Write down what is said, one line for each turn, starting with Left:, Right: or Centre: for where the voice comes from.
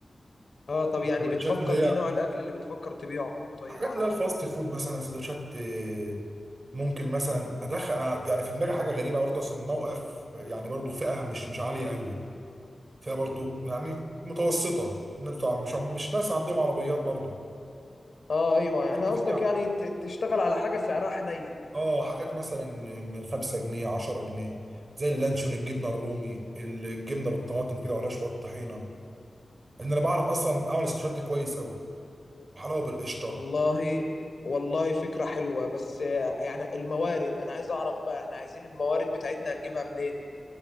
Left: اه طب يعني
Right: السندوتشات
Left: بتفكر
Right: اللي هي
Left: ايه نوع الاكل اللي بتفكر تبيعه طيب
Right: حاجات
Left: عرفني
Right: اللي هي الفاست
Left: كده
Right: فود مثلا سندوتشات آه، ممكن مثلا ادخل أنا يعني في دماغي حاجه غريبه برضه عشان الموقف يعني برضه فئه مش مش عاليه قوي فيها برضو يعني متوسطة إن بتوع مش مش ناس عندهم عربيات برضو
Left: اه ايوه يعني
Right: جبت
Left: قصدك
Right: فيها
Left: يعني ت- تشتغل على حاجه سعرها حنين
Right: اه حاجات مثلا من 5 جنيه 10 جنيه زي اللانشون الجبنة الرومي الجبنة بالطماطم كده وعليها شوية طحينة ان انا بعرف اصلا اعمل السندوتشات دي كويس قوي وحلاوة بالقشطة
Left: والله والله فكره حلوه بس آه، يعني الموارد انا عايز اعرف بقى احنا عايزين الموارد بتاعتنا هنجيبها منين